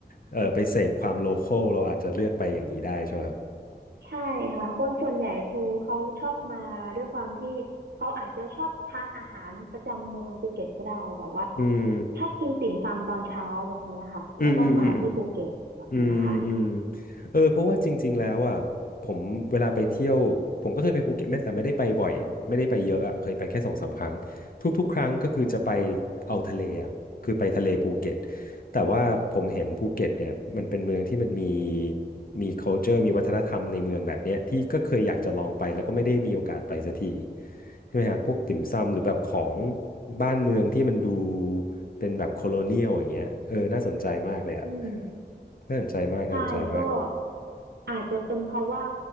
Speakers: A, on the left (about 55°); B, on the right (about 80°).
A: เออไปเสพความโลคอลเราอาจจะเลือกไปอย่างนี้ได้ใช่ไหมครับ
B: ใช่ค่ะคนส่วนใหญ่คือเขาชอบมาด้วยความที่เขาอาจจะชอบทานอาหารประจำเมืองภูเก็ตก็ได้แบบว่า
A: อืม
B: ชอบกินติ่มซำตอนเช้าแบบเนี้ยค่ะก็ต้องมาที่ภูเก็ตแบบเนี้ยค่ะ
A: อืมอืมอืม อืมอืมเออเพราะว่าจริงๆแล้วอ่ะผมเวลาไปเที่ยวผมก็เคยไปภูเก็ตไม่แต่ไม่ได้ไปบ่อยไม่ได้ไปเยอะอ่ะเคยไปแค่สองสามครั้งทุกๆครั้งก็คือจะไปเอาทะเลอ่ะคือไปทะเลภูเก็ตแต่ว่าผมเห็นภูเก็ตเนี่ยมันเป็นเมืองที่มันมีมี culture มีวัฒนธรรมในเมืองแบบเนี้ยที่ก็เคยอยากจะลองไปแล้วก็ไม่ได้มีโอกาสไปสักที ใช่ไหมฮะพวกติ่มซำหรือแบบของบ้านเมืองที่มันดูเป็นแบบโคโลเนียลอย่างเงี้ยเออน่าสนใจมากเลยอ่ะ
B: อืม
A: น่าสนใจมากน่าสนใจมาก
B: ใช่ก็อาจจะเป็นเพราะว่า